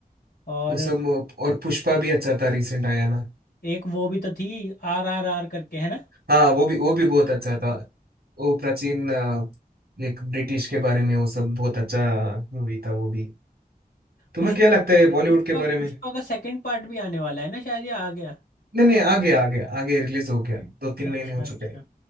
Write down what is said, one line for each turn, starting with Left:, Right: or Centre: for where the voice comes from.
Left: और
Right: वो सब और पुष्पा भी अच्छा था रिसेंट आया ना
Left: एक वो भी तो थी आर आर आर करके है ना
Right: हाँ वो भी वो भी बहुत अच्छा था वो प्राचीन अ, एक ब्रिटिश के बारे में वो सब बहुत अच्छा मूवी था वो भी तुम्हें
Left: पुष्पा
Right: क्या लगता है बॉलीवुड
Left: पुष्पा
Right: के बारे
Left: पुष्पा
Right: में
Left: का सेकंड पार्ट भी आने वाला है ना शायद या आ गया
Right: नहीं नहीं आ गया आ गया आगे रिलीज हो गया दो तीन
Left: अच्छा
Right: महीने हो
Left: अच्छा
Right: चुके हैं